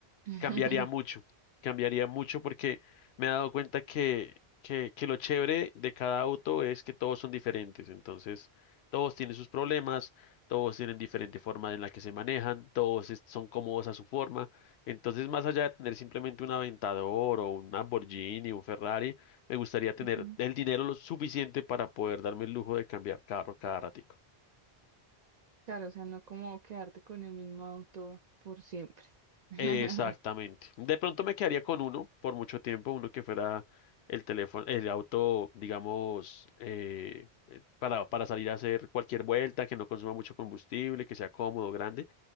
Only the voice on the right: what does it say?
<laughs>
Ujú.
Claro, o sea, no como quedarte con el mismo auto por siempre. <laughs>